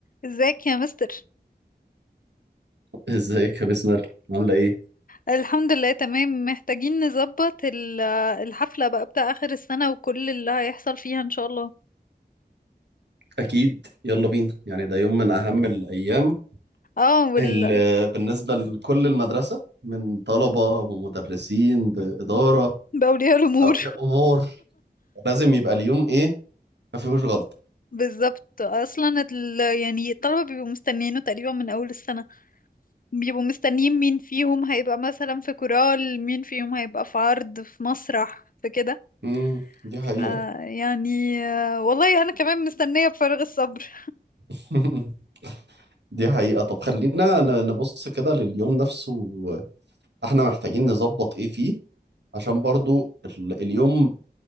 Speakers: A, on the left; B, on the right.
A: ازيك يا مستر
B: ازيك يا بسمة عاملة ايه؟
A: الحمد لله تمام محتاجين نظبط ال- الحفلة بقى بتاع آخر السنة وكل اللي هيحصل فيها ان شاء الله
B: أكيد يلا بينا يعني ده يوم من أهم الأيام
A: اه وال...
B: اللي بالنسبة لكل المدرسة من طلبة ومدرسين بإدارة
A: بأولياء الأمور
B: بأولياء أمور لازم يبقى اليوم ايه؟ ما فيهوش غلطة
A: <laughs> بالظبط اصلا ال... يعني الطلبة بيبقوا مستنيينه تقريبا من اول السنة بيبقوا مستنيين مين فيهم هيبقى مثلا في كورال مين فيهم هيبقى في عرض في مسرح في كده
B: امم دي
A: ف
B: حقيقة
A: يعني آه، والله انا كمان مستنية بفارغ الصبر
B: <laughs> دي حقيقة طب خلينا ن- نبص كده لليوم نفسه احنا محتاجين نظبط ايه فيه عشان برضو ال- اليوم